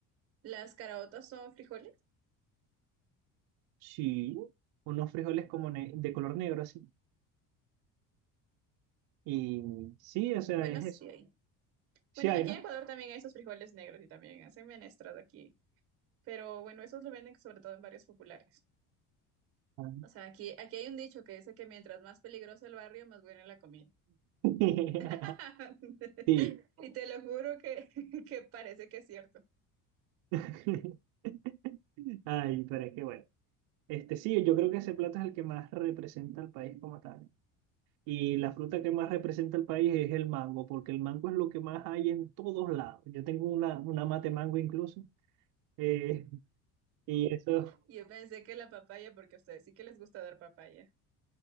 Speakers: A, on the right (about 40°); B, on the right (about 70°).
A: las caraotas son frijoles.
B: Sí, unos frijoles como
A: Ah.
B: ne- de color negro así. Y sí, o sea,
A: Bueno,
B: es
A: sí,
B: eso.
A: hay.
B: Sí
A: Bueno,
B: hay,
A: aquí
B: ¿no?
A: en Ecuador también hay esos frijoles negros y también hacen menestras aquí. Pero bueno, esos lo venden sobre todo en barrios populares.
B: Ah.
A: O sea, aquí, aquí hay un dicho que dice que mientras más peligroso el barrio, más buena la comida.
B: <laughs>
A: <laughs>
B: Sí.
A: Y te lo juro que, <laughs> que parece que es cierto.
B: <laughs> Ay, pero es que bueno. Este, sí, yo creo que ese plato es el que más representa al país como tal. Y la fruta que más representa el país es el mango, porque el mango es lo que más hay en todos lados. Yo tengo una, una mate mango incluso. eh, y eso,
A: Y Yo pensé que la papaya, porque a ustedes sí que les gusta dar papaya.